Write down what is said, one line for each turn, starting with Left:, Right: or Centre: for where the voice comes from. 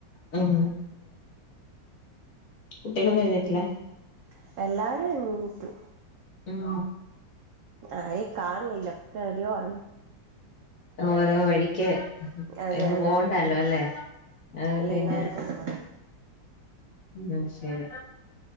Left: ഉം കുട്ടികളൊന്നും എഴുന്നേറ്റില്ല
Right: ആഹ് എല്ലാരും എണീറ്റു
Left: ഉം
Right: ആരെയും കാണിന്നില്ല ഒക്കെ എവിടെയോ ആണ്
Left: ഓരോ വഴിക്ക്
Right: അതെ
Left: ഇന്നു
Right: അതെ
Left: പോവണ്ടല്ലോ അല്ലേ അതുകൊണ്ട്
Right: ഇല്ല
Left: പിന്നെ
Right: ഇന്നാർക്കും പോണ്ട
Left: ഉം ശരി